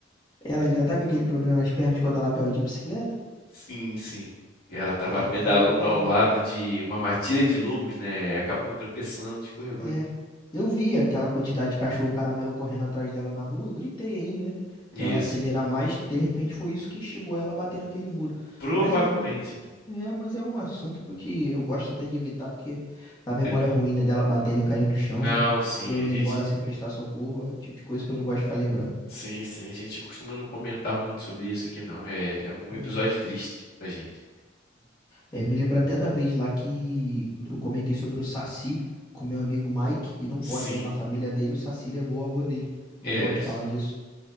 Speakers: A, on the left (about 20°); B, on the left (about 55°).
A: Ela ainda tá com aquele problema nas pernas de quando ela caiu de bicicleta?
B: Sim, sim. Ela tava
A: É,
B: pedalando
A: eu falei para
B: ao
A: ela.
B: lado de uma matilha de lobos, né? Acabou tropeçando, escorregou.
A: É, eu vi aquela quantidade de cachorro caramelo correndo atrás dela na rua, eu gritei ainda, né?
B: Isso.
A: Pra ela acelerar mais, de repente foi isso que instigou ela a bater naquele muro.
B: Provavelmente.
A: Mas eu. É, mas é um assunto porque eu gosto até de evitar, porque a memória
B: É-
A: ruim, né, dela batendo e caindo no chão,
B: Não, sim,
A: eu
B: a
A: indo
B: gente.
A: embora sem prestar socorro, é o tipo de coisa que eu não gosto de ficar lembrando.
B: Sim, sim, a gente costuma não comentar muito sobre isso aqui, não. É, é um
A: É,
B: episódio triste pra gente.
A: é. É, me lembra até da vez lá que eu comentei sobre o Saci com meu amigo Mike, e não pode,
B: Sim,
A: né? Na família dele, o Saci levou o avô dele. Não
B: é,
A: pode falar disso.